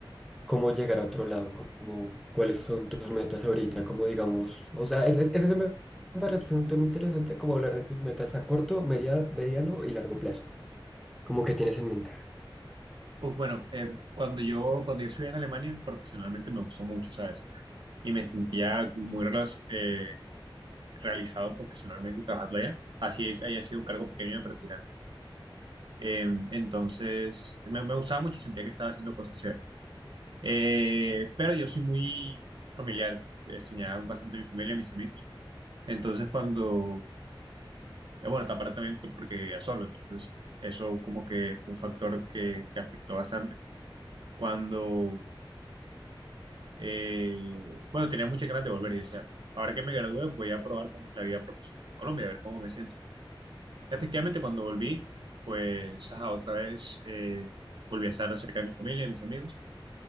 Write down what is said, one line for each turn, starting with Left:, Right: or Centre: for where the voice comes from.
Centre: cómo llegar a otro lado? cómo, ¿cuáles son tus metas ahorita? Como digamos, o sea, ese, ese se me parece un tema interesante, como hablar de tus metas a corto, media- mediano y largo plazo. cómo que tienes en mente.
Right: Pues bueno, eh, cuando yo, cuando yo estudié en Alemania, profesionalmente me gustó mucho, ¿sabes? Y me sentía como muy relacio- eh, realizado profesionalmente trabajando allá, así es, haya sido un cargo pequeño de practicante. Eh, entonces, me, me gustaba mucho y sentía que estaba haciendo cosas chéveres. Eh, pero yo soy muy familiar, extrañaba bastante a mi familia y a mis amigos. Entonces, cuando, eh, bueno, aparte también que- porque vivía solo, entonces eso como que fue un factor que, que afectó bastante. Cuando Eh, bueno, tenía muchas ganas de volver y decía, ahora que me gradué voy a probar cómo es la vida profesional en Colombia, a ver cómo me siento. Efectivamente, cuando volví, pues ajá, otra vez eh, volví a estar cerca de mi familia, de mis amigos,